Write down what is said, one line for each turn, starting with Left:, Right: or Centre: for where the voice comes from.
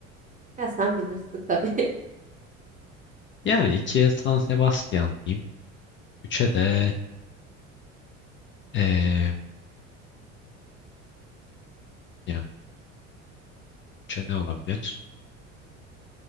Right: Ya sen bilirsin tabii. <laughs>
Left: Yani ikiye San Sebastian diyeyim. Üçe de eee, yani üçe ne olabilir?